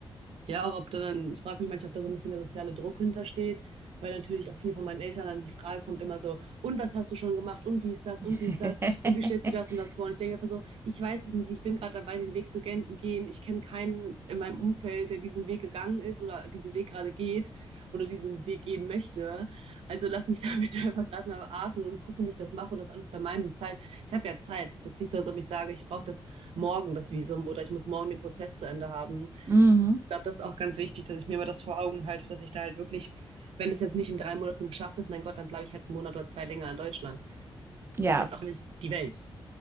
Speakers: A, on the right; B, on the right.
A: Ja, auch ob da dann, ich frage mich manchmal, ob da so ein bisschen der soziale Druck hintersteht, weil natürlich auch viel von meinen Eltern dann die Frage kommt immer so, und was hast du schon gemacht? Und wie ist das?
B: <laughs>
A: Und wie ist das? Und wie stellst du das und das vor? Und ich denke einfach so, ich weiß es nicht, ich bin gerade dabei, den Weg zu gen- gehen. Ich kenne keinen in meinem Umfeld, der diesen Weg gegangen ist oder diesen Weg gerade geht oder diesen Weg gehen möchte. Also lass mich da <laughs> bitte einfach gerade mal atmen und gucken, wie ich das mache und das alles bei meinem Zeit. Ich habe ja Zeit. Es ist jetzt nicht so, als ob ich sage, ich brauche das morgen, das Visum, oder ich muss morgen den Prozess zu Ende haben. Ich
B: Mhm.
A: glaube, das ist auch ganz wichtig, dass ich mir immer das vor Augen halte, dass ich da halt wirklich, wenn es jetzt nicht in drei Monaten geschafft ist, mein Gott, dann bleibe ich halt einen Monat oder zwei länger in Deutschland.
B: Ja,
A: Ist jetzt auch nicht die Welt.